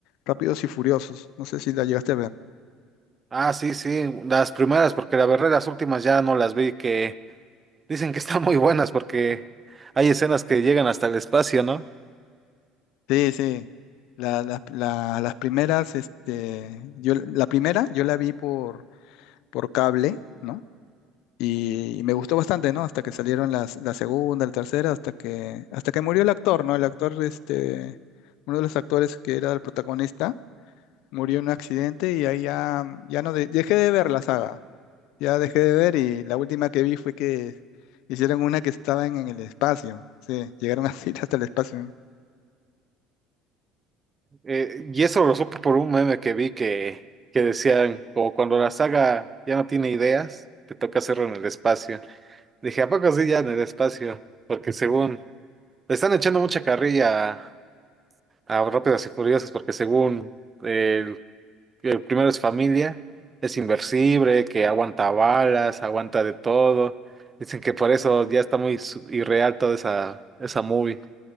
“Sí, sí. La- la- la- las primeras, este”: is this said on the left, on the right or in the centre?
Left